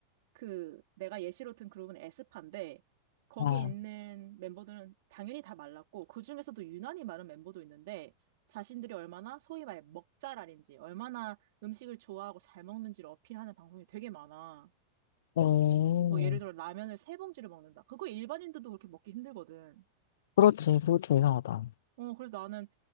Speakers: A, on the right; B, on the left.
A: 그 내가 예시로 든 그룹은 에스파인데 거기
B: 아.
A: 있는 멤버들은 당연히 다 말랐고 그중에서도 유난히 마른 멤버도 있는데 자신들이 얼마나 소위 말해 먹잘알인지 얼마나 음식을 좋아하고 잘 먹는지를 어필하는 방송이 되게 많아.
B: 어,
A: 뭐 예를 들어 라면을 세 봉지를 먹는다. 그거 일반인들도 그렇게 먹기 힘들거든.
B: 그렇지. 그거 좀 이상하다.
A: 어, 그래서 나는